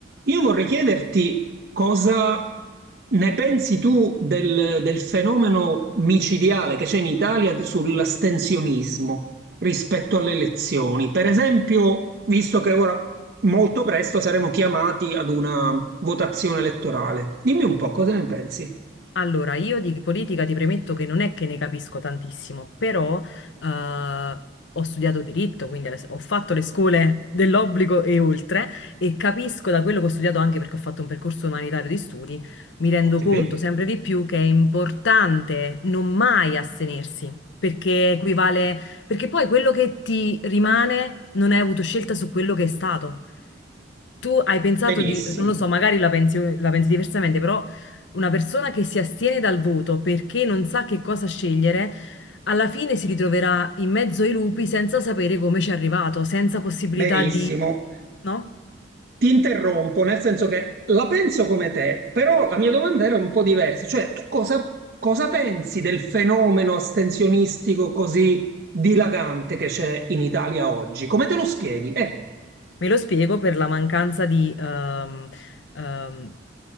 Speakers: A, on the right; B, on the left.
A: Io vorrei chiederti cosa ne pensi tu del, del fenomeno micidiale che c'è in Italia sull'astensionismo rispetto alle elezioni. Per esempio, visto che ora molto presto saremo chiamati ad una votazione elettorale, dimmi un po' cosa ne pensi.
B: Allora, io di politica ti premetto che non è che ne capisco tantissimo, però eh, ho studiato diritto, quindi alle- ho fatto le scuole dell'obbligo e oltre, e capisco da quello che ho studiato anche perché ho fatto un percorso umanitario di studi, mi rendo
A: Ok.
B: conto sempre di più che è importante non mai astenersi, perché equivale, perché poi quello che ti rimane non hai avuto scelta su quello che è stato tu hai pensato
A: Benissimo,
B: di, non lo so, magari la pensi, la pensi diversamente, però una persona che si astiene dal voto perché non sa che cosa scegliere, alla fine si ritroverà in mezzo ai lupi senza sapere come ci è arrivato, senza possibilità
A: benissimo.
B: di, no?
A: Ti interrompo, nel senso che la penso come te, però la mia domanda era un po' diversa, cioè tu cosa, cosa pensi del fenomeno astensionistico così dilagante che c'è in Italia oggi? Come te lo spieghi? Ecco.
B: Me lo spiego per la mancanza di, ehm, ehm,